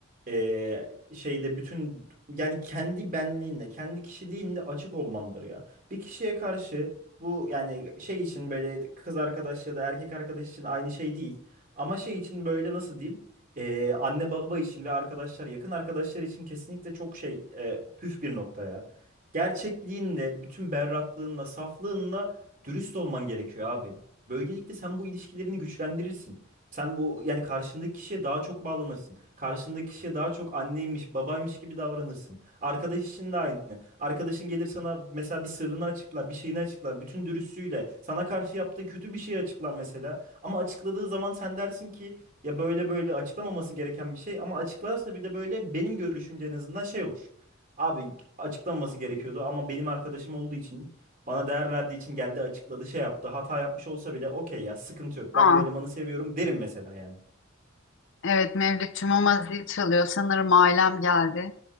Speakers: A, on the right (about 40°); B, on the left (about 65°).
A: Ee, şeyde bütün yani kendi benliğinle, kendi kişiliğinle açık olmandır ya. Bir kişiye karşı bu yani şey için böyle kız arkadaş ya da erkek arkadaş için aynı şey değil. Ama şey için böyle nasıl diyeyim? Ee, anne baba için ve arkadaşlar yakın arkadaşlar için kesinlikle çok şey e, püf bir nokta ya gerçekliğinle, bütün berraklığınla, saflığınla dürüst olman gerekiyor abi. Böylelikle sen bu ilişkilerini güçlendirirsin. Sen bu yani karşındaki kişiye daha çok bağlanırsın. Karşındaki kişiye daha çok anneymiş, babaymış gibi davranırsın. Arkadaş için de aynı. Arkadaşın gelir sana mesela bir sırrını açıklar, bir şeyini açıklar. Bütün dürüstlüğüyle sana karşı yaptığı kötü bir şeyi açıklar mesela. Ama açıkladığı zaman sen dersin ki ya böyle böyle açıklamaması gereken bir şey ama açıklarsa bir de böyle benim görüşümce en azından şey olur. Abi açıklanması gerekiyordu ama benim arkadaşım olduğu için bana değer verdiği için geldi açıkladı şey yaptı. Hata yapmış olsa bile okey ya sıkıntı yok. Ben
B: Aa
A: bu elemanı seviyorum derim mesela yani.
B: evet Mevlütçüm ama zil çalıyor. Sanırım ailem geldi.